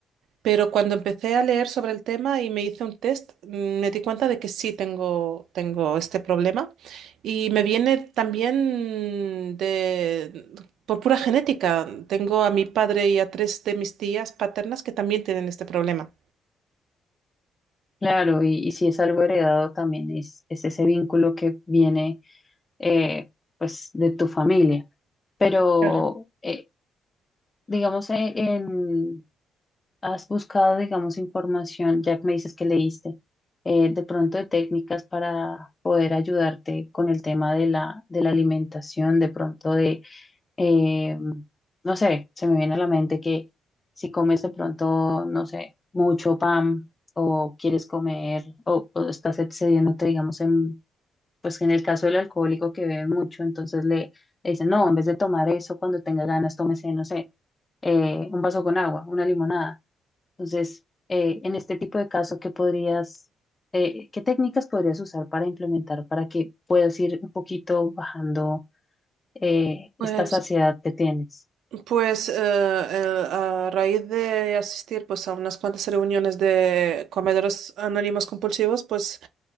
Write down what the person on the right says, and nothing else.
Pero cuando empecé a leer sobre el tema y me hice un test, mm, me di cuenta de que sí tengo, tengo este problema y me viene también de, por pura genética. Tengo a mi padre y a tres de mis tías paternas que también tienen este problema.
Claro.
Pues,
pues eh, eh, a raíz de asistir pues, a unas cuantas reuniones de comedores anónimos compulsivos, pues